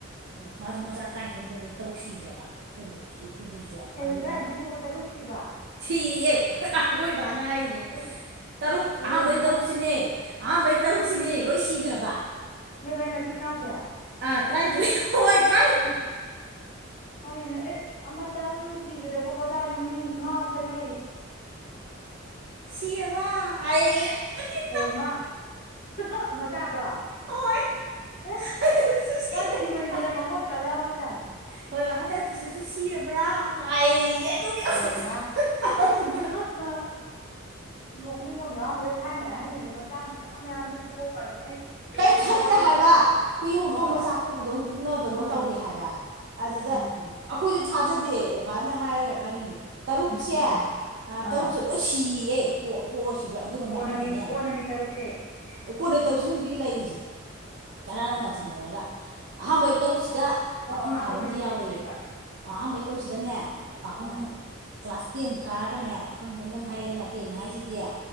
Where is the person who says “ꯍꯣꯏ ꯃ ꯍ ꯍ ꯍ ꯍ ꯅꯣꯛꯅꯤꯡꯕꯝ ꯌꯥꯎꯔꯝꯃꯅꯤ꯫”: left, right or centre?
Left